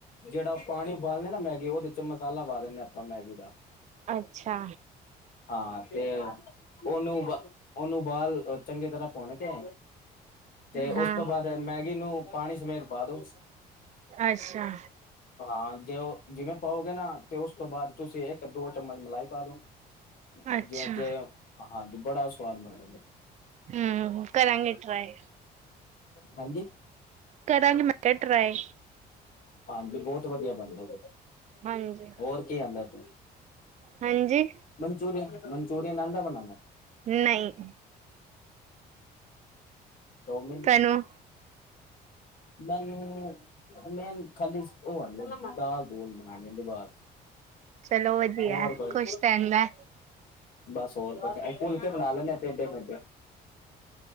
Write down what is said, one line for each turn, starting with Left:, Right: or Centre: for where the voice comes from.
Left: ਜਿਹੜਾਂ ਉਹ ਪਾਣੀ ਉਬਾਲੇ ਨਾ ਮੈਗੀ ਉਹਦੇ ਚ ਚ ਮਸਾਲਾ ਪਾ ਦਿੰਦੇ ਆਪਾਂ ਮੈਗੀ ਦਾ।
Right: ਅੱਛਾ
Left: ਹਾਂ ਤੇ ਉਹਨੂੰ ਨੂੰ ਬਾਲ ਚੰਗੀ ਤਰ੍ਹਾਂ ਪੁਣ ਕੇ। ਤੇ
Right: ਹਾਂ
Left: ਉਸ ਤੋਂ ਬਾਅਦ ਮੈਗੀ ਨੂੰ ਪਾਣੀ ਸਮੇਤ ਪਾਦੋ।
Right: ਅੱਛਾ।
Left: ਹਾਂ ਜਿਉ ਉਹ ਜਿਵੇਂ ਪਾਓਗੇ ਨਾ ਤੇ ਉਸ ਤੋਂ ਬਾਅਦ ਤੁਸੀਂ ਇੱਕ ਦੋ ਚਮਚ ਮਲਾਈ ਪਾਦੋ।
Right: ਅੱਛਾ
Left: ਜਿਵੇਂ ਜੇ ਹਾਂਜੀ ਬੜਾਂ ਸਵਾਦ ਬਣੇਂ
Right: ਹੂੰ ਕਰਾਂਗੇ ਟਰਾਏ।
Left: ਹਾਂਜੀ।
Right: ਕਰਾਂਗੀ ਮੈਂ ਕਿਹਾ ਟਰਾਏ।
Left: ਹਾਂਜੀ ਬਹੁਤ ਵਧੀਆ ਬਣਦਾ,
Right: ਹਾਂਜੀ
Left: ਹੋਰ ਕੀ ਆਂਦਾ ਤੁਹਾਂਨੂੰ
Right: ਹਾਂਜੀ।
Left: ਮਨਚੂੂਰੀਅਨ -ਮਨਚੂਰੀਅਨ ਆਂਦਾ ਬਣਾਣਾ।
Right: ਨਹੀਂ।
Left: ਚੋਮੀਨ।
Right: ਤੁਹਾਨੂੰ
Left: ਮੈਂਨੂੰ। ਮੇਨੂ ਖਾਲੀ ਉਹ ਆਂਦਾ ਦਾਲ਼ ਦੂਲ ਬਣਾਣੀ ਆਂਦੀ ਦੀ ਬਾਸ।
Right: ਚਲੋ ਵਧੀਆ
Left: ਹੋਰ
Right: ਐ
Left: ਬਾਈ।
Right: ਖੁਸ਼ ਰਹਿੰਦਾ
Left: ਬਸ ਹੋਰ ਫੁਲਕੇ ਬਣਾ ਲੈਣੇੇ ਟੇਡੇ ਮੇਢੇ।